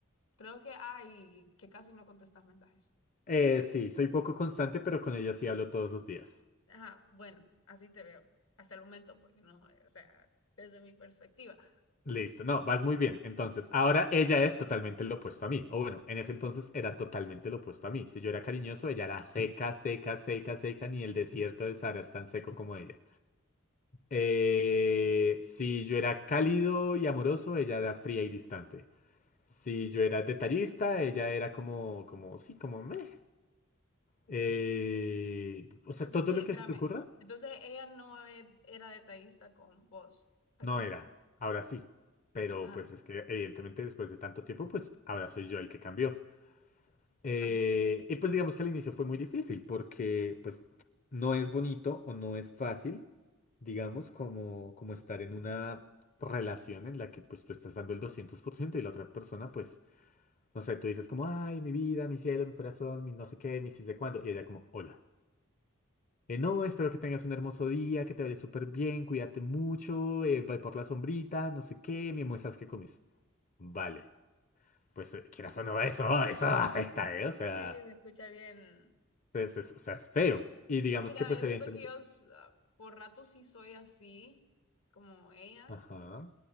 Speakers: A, on the left (about 75°); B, on the left (about 40°).
A: creo que hay que casi no contestas mensajes.
B: eh, sí, soy poco constante, pero con ella sí hablo todos los días.
A: Ajá, bueno, así te veo, hasta el momento, porque no, eh, o sea, desde mi perspectiva.
B: Listo, no, vas muy bien. Entonces, ahora ella es totalmente lo opuesto a mí. O bueno, en ese entonces era totalmente lo opuesto a mí. Si yo era cariñoso, ella era seca, seca, seca, seca, ni el desierto de Sahara es tan seco como ella. Eh, si yo era cálido y amoroso, ella era fría y distante. Si yo era detallista, ella era como, como, sí, como meh. Eh, o sea,
A: Entonces,
B: todo lo
A: espérame,
B: que se te ocurra,
A: entonces ella no e- era detallista con vos al
B: No
A: principio.
B: era, ahora sí. Pero
A: Ajá,
B: pues es que evidentemente después de tanto tiempo, pues ahora soy yo el que cambió. Eh,
A: ajá.
B: y pues digamos que al inicio fue muy difícil porque pues no es bonito o no es fácil, digamos, como, como estar en una relación en la que pues tú estás dando el 200% y la otra persona pues, no sé, tú dices como, ay, mi vida, mi cielo, mi corazón, mi no sé qué, mi sí sé cuándo. Y ella como, hola. Eh, no, espero que tengas un hermoso día, que te vaya súper bien, cuídate mucho, eh, ve por la sombrita, no sé qué, me muestras qué comes. Vale, pues eh, quieras o no, eso, eso afecta, ¿eh? O
A: Sí,
B: sea,
A: se escucha bien.
B: es, es- o sea, es feo. Y digamos
A: Pues mira,
B: que pues
A: yo
B: evidentemente...
A: siento que yo s- ah, por rato sí soy así, como ella,
B: Ajá,